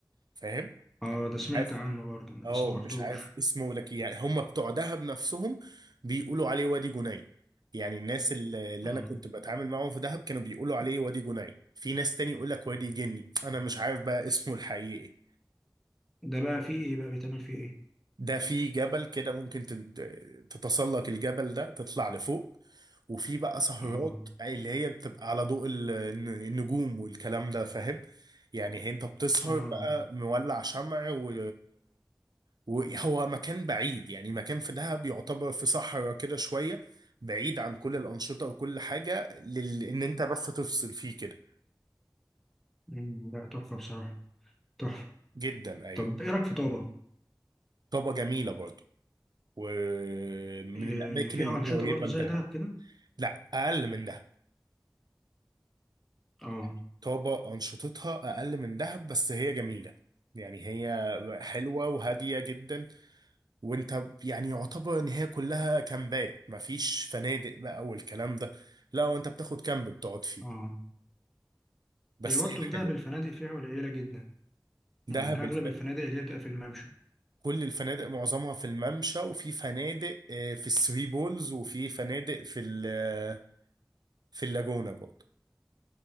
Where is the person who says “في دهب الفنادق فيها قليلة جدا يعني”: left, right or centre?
Centre